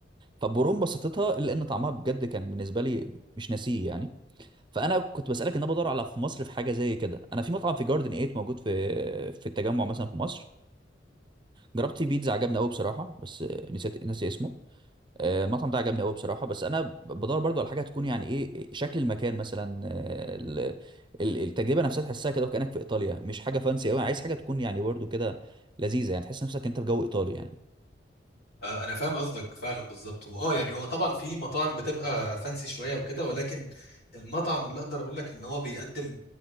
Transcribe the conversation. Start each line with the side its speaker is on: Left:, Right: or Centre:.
Right: فبرغم بساطتها الا ان طعمها بجد كان بالنسبة لي مش ناسيه يعني فانا كنت بسألك ان انا بدور على في مصر في حاجة زي كده انا في مطعم في جاردن 8 موجود في في التجمع مثلا في مصر جربت فيه بيتزا عجبني قوي بصراحة بس نسيت ناسي اسمه آه، المطعم ده عجبني قوي بصراحه بس انا بدور برضو على حاجه تكون يعني ايه شكل المكان مثلا آه، ال- ال- التجربه نفسها تحسها كده وكانك في ايطاليا مش حاجه فانسي قوي عايز حاجه تكون يعني برضو كده لذيذه يعني تحس نفسك انت في جو ايطالي يعني
Left: آه، انا فاهم قصدك فعلا بالظبط واه يعني هو طبعا في مطاعم بتبقى فانسي شويه وكده ولكن المطعم اللي اقدر اقول لك ان هو بيقدم